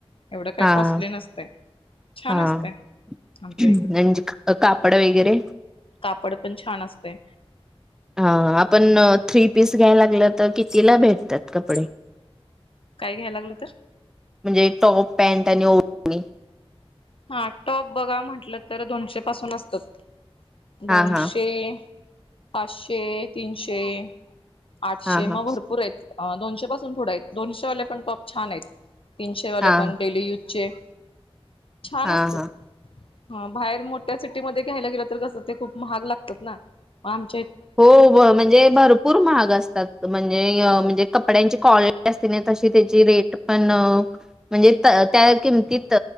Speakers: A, on the left; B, in the centre.
A: एवढं काय
B: हा
A: कॉस्टली नसतय छान
B: हा
A: असतय आमच्या
B: म्हणजे
A: इकड
B: कापड वगैरे
A: कापड पण छान असतय
B: हा आपण थ्री पीस घ्यायला गेल तर कितीला भेटतात कपडे?
A: काय घ्यायला लागलं तर
B: म्हणजे टॉप पॅट आणि ओ नाही.
A: हा टॉप बघा म्हटलं तर दोनशे पासून असतात. दोनशे
B: हा हा
A: पाचशे, तीनशे आठशे
B: हा हा
A: मग भरपूर आहेत अह दोनशे पासून पुढे आहेत दोनशे वाले पण टॉप छान आहेत. तीनशे वाले
B: हा
A: पण डेली यूज चेक छान
B: हा
A: असत
B: हा
A: हा बाहेर मोठ्या सिटीमध्ये घ्यायला गेलं तर कस ते खूप महाग लागतात ना. आम
B: हो ग म्हणजे भरपूर महाग असतात म्हणजे
A: हो
B: म्हणजे कपड्यांची क्वालिटी असते ना तशी त्याची रेट पण म्हणजे त त्यात किंमतीत